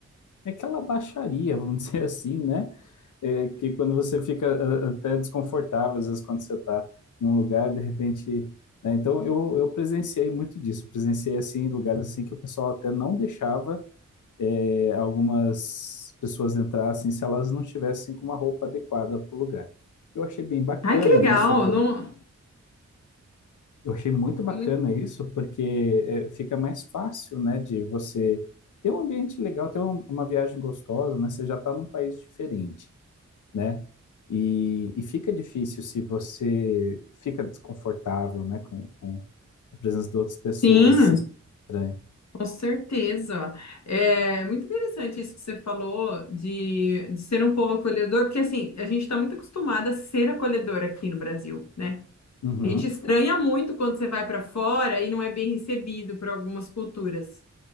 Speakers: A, on the left; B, on the left.
A: é aquela baixaria, vamos <laughs> dizer assim, né? É, que quando você fica eh, até desconfortável, às vezes, quando você está em um lugar, de repente. né? Então, eu, eu presenciei muito disso. Presenciei, assim, lugares assim que o pessoal até não deixava eh, algumas pessoas entrassem se elas não tivessem com uma roupa adequada para o lugar. Eu achei bem bacana
B: Ai, que legal!
A: isso,
B: Não...
A: eu achei muito bacana
B: Muito...
A: isso, porque eh, fica mais fácil, né, de você ter um ambiente legal, ter um- uma viagem gostosa, né? Você já está num país diferente, né? E, e fica difícil se você fica desconfortável, né, com, com a presença de outras pessoas,
B: Sim.
A: assim, estranha.
B: Com certeza. É muito interessante isso que você falou de, de ser um povo acolhedor, porque assim, a gente está muito acostumada a ser acolhedor aqui no Brasil, né?
A: Uhum,
B: A gente estranha muito quando você vai para fora e não é bem recebido por algumas culturas.